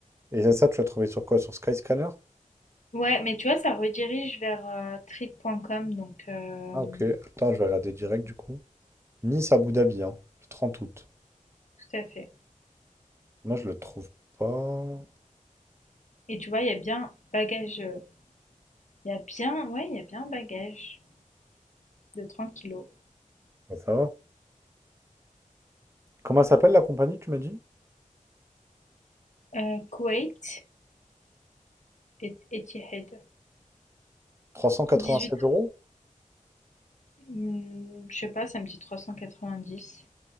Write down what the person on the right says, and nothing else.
Et là, ça, tu l'as trouvé sur quoi? Sur Skyscanner?
Ah, ok. Attends, je vais regarder direct du coup. Nice Abu Dhabi, hein, le 30 août.
Moi, je le trouve pas.
Ouais, ça va. Comment elle s'appelle la compagnie, tu m'as dit?
Trois cent quatre-vingt-sept
euros?